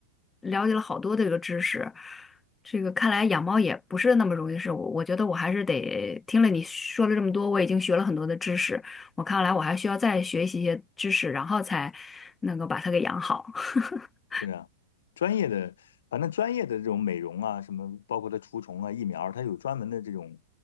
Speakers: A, on the left (about 15°); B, on the left (about 65°).
A: 了解了好多这个知识。这个看来养猫也不是那么容易的事，我我觉得我还是得听了你说了这么多，我已经学了很多的知识，我看来我还需要再学习一些知识，然后才能够把它给养好。<laughs>
B: 是啊，专业的，反正专业的这种美容啊，什么包括它除虫啊、疫苗，它有专门的这种